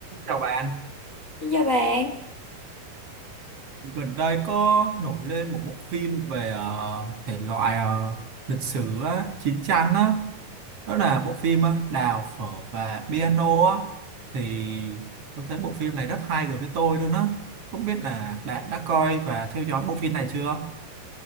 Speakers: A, on the right; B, on the left.
A: Chào bạn,
B: Xin chào bạn,
A: gần đây có nổi lên một bộ phim về ờ, thể loại ờ, lịch sử á, chiến tranh á, đó là bộ phim ờ, Đào phở và piano á. Thì tôi thấy bộ phim này rất hay đối với tôi luôn á. Không biết là bạn đã coi và theo dõi bộ phim này chưa?